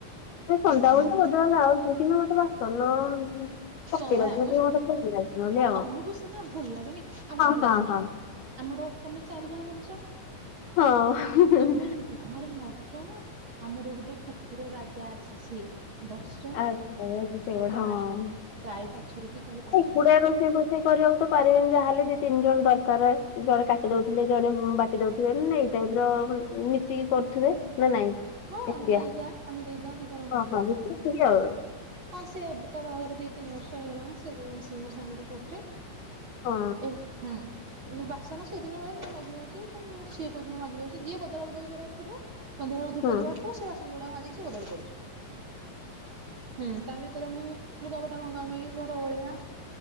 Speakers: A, on the left; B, on the right.
A: ନାଇ ସନ୍ଧ୍ୟା
B: ହଁ
A: ବେଳୁକୁ ତ ବଦଳା ଲାଉଛି କିନ୍ତୁ ମତେ ବାସନ ପକେଇ
B: ଆଉ
A: ରଖିବା
B: ଆମ
A: ଟିକେ ମତେ ଖୁସି ଲାଗେ। ନହେଲେ
B: ହଁ
A: ଆଉ।
B: ତମକୁ ସିନା ଭଲ ଲାଗୁନି ଆମର
A: ହଁ ହଁ
B: ନା ଶୁଣ
A: ହଁ
B: ଆମର ତମେ ଚାରିଜଣ ମଣିଷ।
A: ହଁ
B: ଆମେ ଘରେ ନ ଜଣ ଆମର ଗୋଟେ କୁକୁର ରାଜା ଅଛି ସିଏ ଦଶ ଦଶ ଜଣ
A: ଆଚ୍ଛା ସେଗୁଡା
B: ଗାଈ
A: ହଁ।
B: ଗାଈ ବାଛୁରୀ କି ଚାରି ପାଞ୍ଚ
A: ଏକୁଟିଆ
B: ଜଣ।
A: ରୋଷେଇ ଫୋସେଇ କରିବାକୁ ତ ପାରିବେନି ଯାହାେଲେ ଦି ତିନି ଜଣ ଦରକାର ଜଣେ କାଟି ଦଉଥିଲେ ଜଣେ ବାଟି ଦଉଥି ବେ ଏଇ ଟାଇପର ମିଶିକି କରୁଥିବେ। ନା ନାଇଁ
B: ହଁ
A: ଏକୁଟିଆ
B: ଆମେ ଦି ଯା ଆମେ ଦି ଯା ଦି ଜଣ କରୁଛୁ।
A: ହ ହଁ ମିଶି ମିଶିକି ଆଉ।
B: ହଁ ସେ ତା ବାହାଘର ଦି ତିନି ବର୍ଷ ହେଇଗଲାଣି ସେବି ମିଶିକି ମୋ ସାଙ୍ଗରେ କରୁଚି।
A: ହଁ
B: ଏ ହୁଁ ବାସ୍ ସେ ଦିନେ ମୁଁ ମାଜି ଦଉଛି ମୁଁ ସିଏ କୋଉ ଦିନ ମାଜି ଦଉଛି ଯିଏ ବଦଳା ବଦଳି କରିବାର ଥିବ ସନ୍ଧ୍ୟାବେଳ ଧୂପ
A: ହୁଁ
B: ଦବାର ଥିବ ସିଏ ବାସନ ଯୋଡାକ ମାଜିକି ସେ ବଦଳି ପଡୁଛି ହୁଁ ତା ଭିତରେ ସେଥିରେ ମୁ ଲୁଗାପଟା ଭଙ୍ଗାଭଙ୍ଗି ଘର ଓଳେଇବା